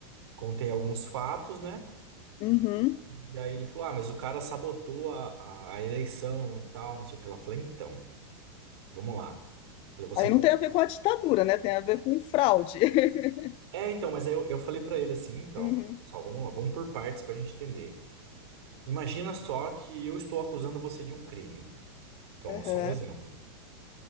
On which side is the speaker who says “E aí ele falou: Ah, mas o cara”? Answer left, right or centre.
Right